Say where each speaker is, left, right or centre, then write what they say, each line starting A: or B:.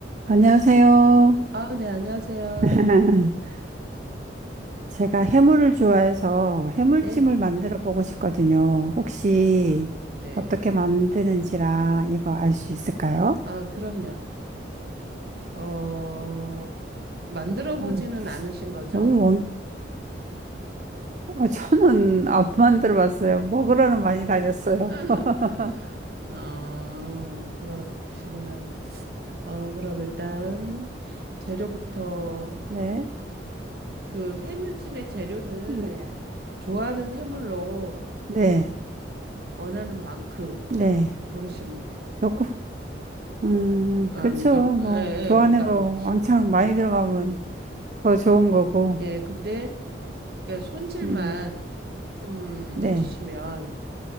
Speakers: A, on the right (about 40°); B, on the right (about 55°).
A: 안녕하세요.
B: 아, 네, 안녕하세요.
A: <laughs> 제가 해물을 좋아해서 해물찜을
B: 네,
A: 만들어 보고 싶거든요. 혹시
B: 네.
A: 어떻게 만드는지랑 이거 알 수 있을까요?
B: 아, 그럼요. 어, 만들어 보지는
A: 음.
B: 않으신 거죠?
A: 어유, 엄- 어, 저는 <laughs> 안 만들어 봤어요. 먹으러는 많이 다녔어요.
B: <laughs>
A: <laughs>
B: 어, 그러시구나. 어, 그럼 일단 재료부터
A: 네.
B: 그 해물찜의 재료는
A: 네.
B: 좋아하는 해물로
A: 네.
B: 원하는 만큼
A: 네.
B: 고르시면 돼요.
A: 넣고, 음,
B: 어,
A: 그쵸.
B: 그러니까 뭐,
A: 뭐,
B: 예,
A: 좋아하는
B: 예, 그러니까
A: 거
B: 뭐,
A: 왕창 많이 들어가면 더 좋은 거고.
B: 예, 근데 그러니까 손질만
A: 음,
B: 좀
A: 네.
B: 해주시면